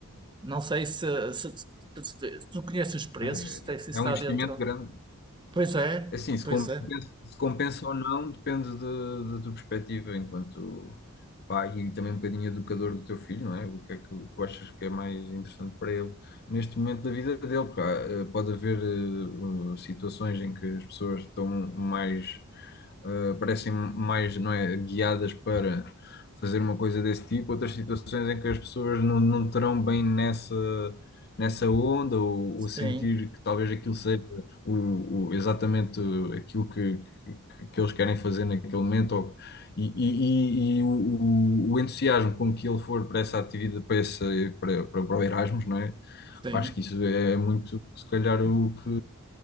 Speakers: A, on the right; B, on the left.
A: Não sei se, se, se- se- se tu conheces os preços,
B: Olha,
A: se, tem- se isso
B: É
A: está
B: um investimento
A: dentro.
B: grande.
A: Pois é,
B: É Assim, se
A: pois
B: compensa,
A: é.
B: se compensa ou não, depende de- da tua perspectiva enquanto pai e também um bocadinho educador do teu filho, não é? O que é que tu achas que é mais interessante para ele neste momento da vida dele? Porque há, eh, pode haver eh, eh, situações em que as pessoas estão mais, eh, parecem mais, não é, guiadas para fazer uma coisa desse tipo, outras situações em que as pessoas não, não terão bem nessa, nessa onda ou,
A: Sim,
B: ou sentir que talvez aquilo seja o, o- exatamente aquilo que, que, que eles querem fazer naquele momento ou- e, e- e- e o, o- o entusiasmo com que ele for para essa atividade, para, essa, para, para, para o Erasmus, não é?
A: sim,
B: Acho que isso é é muito, se calhar, o que,